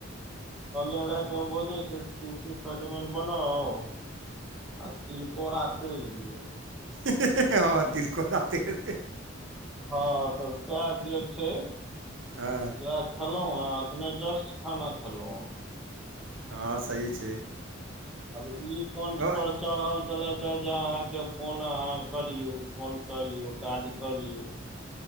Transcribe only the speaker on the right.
हें हें हें, हँ, तिलकोड़ा तैर <unintelligible>
हँ
तऽ हँ, सही छै।
हँ